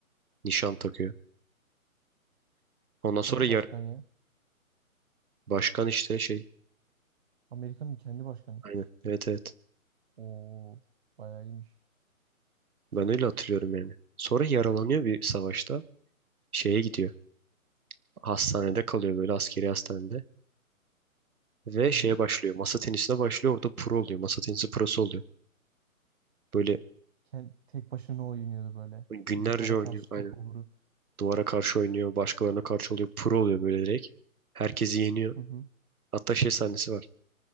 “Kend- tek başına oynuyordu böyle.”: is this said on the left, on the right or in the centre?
Right